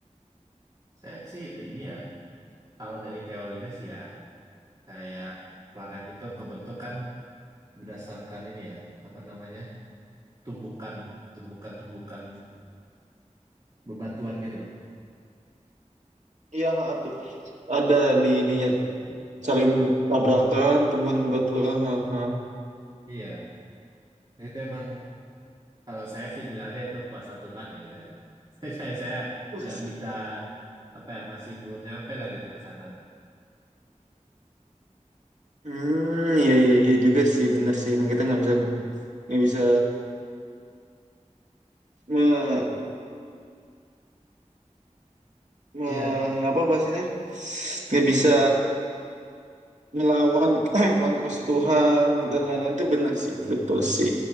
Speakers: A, on the right; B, on the right.
A: Saya sih ini ya, kalau dari teorinya sih ya, kayak planet itu kebentuk kan berdasarkan ini ya, apa namanya? tumbukan, tumbukan-tumbukan bebatuan gitu loh.
B: Iya, ha, tuh. Ada di ininya saling tabrakan, tumbuhan bertulang. Ha, ha.
A: Iya, itu emang Kalau saya sih bilangnya itu kuasa Tuhan ya gitu ya. <laughs> Saya saya saya
B: Wah,
A: nggak bisa apa ya masih belum nyampe lah gitu ke sana.
B: Hmm, iya iya iya juga sih, bener sih. Emang Kita nggak bisa nggak bisa me, mengapa
A: Iya,
B: bahasanya nggak bisa melawan <clears throat> melawan kuasa Tuhan <clears throat> dan lain-lain itu benar sih betul sih